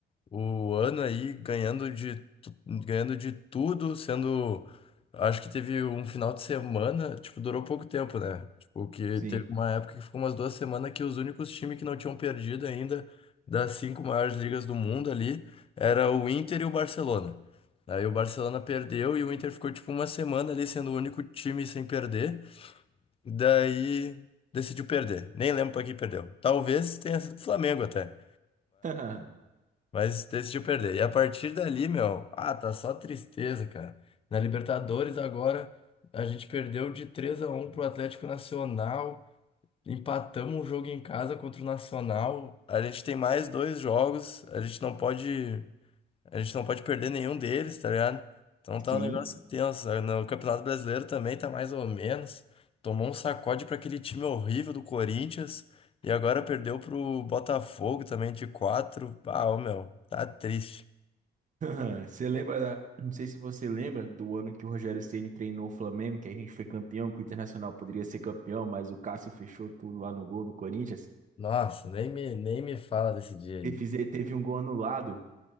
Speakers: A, on the left; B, on the right.
A: o ano aí ganhando de, tu- ganhando de tudo, sendo. Acho que teve um final de semana, tipo, durou pouco tempo, né? Tipo, que
B: Sim.
A: teve uma época que ficou umas duas semanas que os únicos times que não tinham perdido ainda das cinco maiores ligas do mundo ali era o Inter e o Barcelona. Aí o Barcelona perdeu e o Inter ficou tipo uma semana ali sendo o único time sem perder. Daí decidiu perder. Nem lembro pra quem perdeu. Talvez tenha sido o Flamengo até.
B: <laughs>
A: Mas decidiu perder. E a partir dali, meu, ah, tá só tristeza, cara. Na Libertadores agora a gente perdeu de 3 a um pro Atlético Nacional, empatamos um jogo em casa contra o Nacional. A gente tem mais dois jogos, a gente não pode a gente não pode perder nenhum deles, tá ligado? Então tá
B: Sim.
A: um negócio tenso. sabe? No Campeonato Brasileiro também tá mais ou menos. Tomou um sacode pra aquele time horrível do Corinthians e agora perdeu pro Botafogo também de 4. Ah, ô, meu, tá triste.
B: <laughs> Você lembra, da- não sei se você lembra do ano que o Rogério Ceni treinou o Flamengo, que a gente foi campeão, que o Internacional poderia ser campeão, mas o Cássio fechou tudo lá no gol no Corinthians.
A: Nossa, nem me, nem me fala desse dia aí.
B: E fizer, teve um gol anulado.